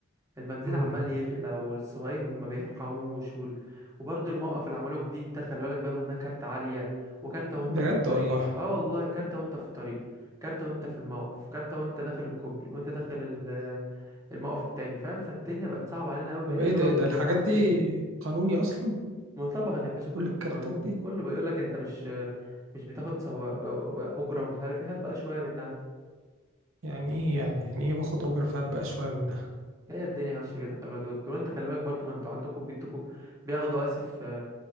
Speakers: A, on the right; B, on the right.
A: البنزين
B: م.
A: عمال يغلى والسواقين ما بيرحموش وال... وبرضه الموقف اللي عملوه جديد ده خلي بالك بياخدوا منها كارت عالية وكارتة وانت
B: بجد
A: في الطريق
B: والله
A: اه والله كارتة وانت في الطريق كارتة وانت في الموقف كارتة وانت داخل الكوبري وانت داخل ال- الموقف التاني فاهم فالدنيا بقت صعبة علينا قوي بقينا
B: طب ايه
A: يا دوبك
B: ده ايه
A: بنطلع
B: ده الحاجات دي
A: بايه
B: قانوني اصلا
A: ما طبعا يا باشا كله
B: كل الكارتات
A: بالقانون
B: دي
A: كله بيقول لك انت مش مش بتاخد سوا اجره ومش عارف ايه هات بقى شويه منها
B: يعني ايه يعني يعني ايه باخد اجره فهات بقى شويه منها
A: هي الدنيا ماشيه كده خلي بالك يا دكتور وانت خلي بالك برضو ما انتوا عندكم بيدوكوا بياخدوا اسف